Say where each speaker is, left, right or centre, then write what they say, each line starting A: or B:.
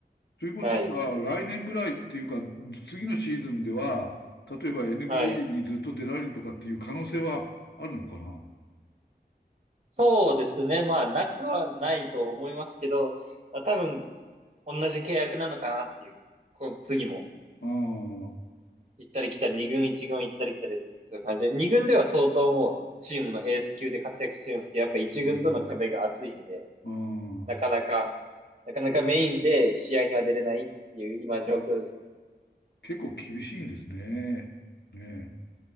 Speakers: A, on the left; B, on the right.
A: ということは、
B: はい、
A: 来年ぐらいっていうか、次のシーズンでは、例えば NBA
B: はい。
A: にずっと出られるとかっていう可能性はあるのかな
B: そうですね。まあ、なくはないと思いますけど、まあ、多分同じ契約なのかなっていう、この次も。
A: ああー、
B: 行ったり来たり、二軍一軍行ったり来たりする感じで、二軍では相当もうチームのエース級で活躍してるんですけど、やっぱ一軍との壁が厚いんで、
A: うんああ、
B: なかなか、なかなかメインで試合には出れないっていう今状況ですね。
A: 結構厳しいんですね。ねえ。